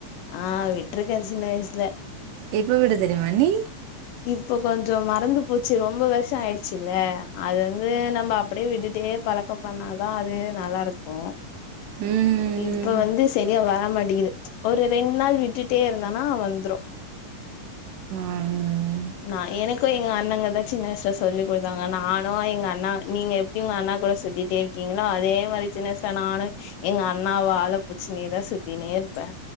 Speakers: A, on the left; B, on the right.
A: ஆ விட்ருக்கே சின்ன வயசுல
B: இப்ப விட தெரியுமா அண்ணி
A: இப்போ கொஞ்சொ மறந்து போச்சு ரொம்ப வருஷோ ஆயிடுச்சுல்ல அது வந்து நம்ப அப்டே விட்டுட்டே பழக்கொ பண்ணாதா அது நல்லாருக்கும்
B: ம்
A: இப்ப வந்து சரியா வர ர மாட்டீங்குது ஒரு ரெண்டு நாள் விட்டுட்டே இருந்தோனா வந்துரும்
B: ஆங்கண்ணி
A: நா எனக் க்கு எங்க அண்ணங்கதா சின்ன வயசுல சொல்லி் குடுத்தாங்க நானு எங்க அண்ணா நீங்க எப்டி உங்க அண்ணா கூட சுத்திட்டே இருக்கீங்களோ அதே மாரி சின்ன வயசுல நானு எங்க அண்ணாவ வால புச்சின்னேதா சுத் த்தினே இருப்பே